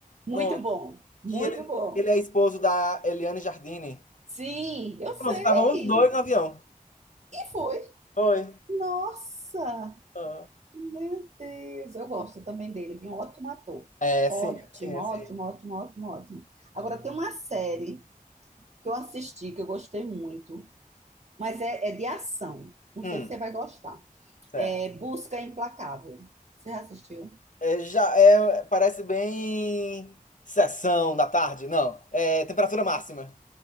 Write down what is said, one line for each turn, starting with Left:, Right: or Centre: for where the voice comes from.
Right: Muito
Left: Pronto.
Right: bom, muito
Left: Que ele,
Right: bom.
Left: ele é esposo da Eliane Jardine.
Right: Sim, eu sei.
Left: Pronto, estavam os dois no avião.
Right: E foi.
Left: Foi.
Right: Nossa!
Left: Aham.
Right: Meu Deus, eu gosto também dele, ele é um ótimo ator.
Left: É,
Right: Ótimo,
Left: sim, é, sim, é,
Right: ótimo,
Left: sim.
Right: ótimo, ótimo, ótimo. Agora tem uma série que eu assisti, que eu gostei muito, mas é, é de ação. Não
Left: Hum,
Right: sei se você vai gostar.
Left: certo.
Right: É Busca Implacável. Você já assistiu?
Left: É, já é, parece bem sessão da tarde, não. É temperatura máxima.